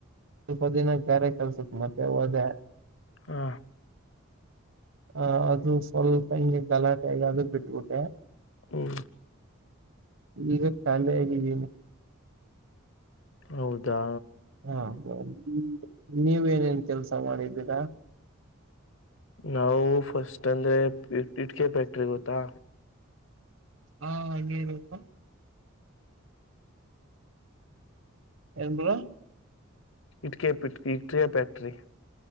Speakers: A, on the right; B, on the left.
A: ಸ್ವಲ್ಪ ದಿನ ಗಾರೆ ಕಲ್ಸಕ್ ಹೋದೆ
B: ಹಾ
A: ಅ ಅ್ರದು ಸ್ವಲ್ಪ ಹಿಂಗೆ ಗಲಾಟೆ ಆಗ ಅದು ಬಿಟ್ಬಿಟ್ಟೆ
B: ಹ್ಮ್
A: ಈಗ ಶಾಲೆ ಆಗಿದ್ದೀನಿ
B: ಹೌದಾ
A: ಹಾ ಸರಿ ಸರಿ ನೀವೇಏನೇನ್ ಕೆಲ್ಸ ಮಾಡಿದ್ದೀರಾ
B: ನಾವು ಫಸ್ಟ್ ಅಂದ್ರೆ ಇಟ್ಕೆ ಫ್ಯಾಕ್ಟ್ರಿಗೆ ಗೊತ್ತಾ
A: ಹಾ ಹಂಗೆ ಇರಪ್ಪ ಏನ್ ಬ್ರೋ
B: ಇಟ್ಟಿಗೆ ಇಟ್ಟಿಗೆ ಪ್ಯಾಕ್ಟ್ರಿ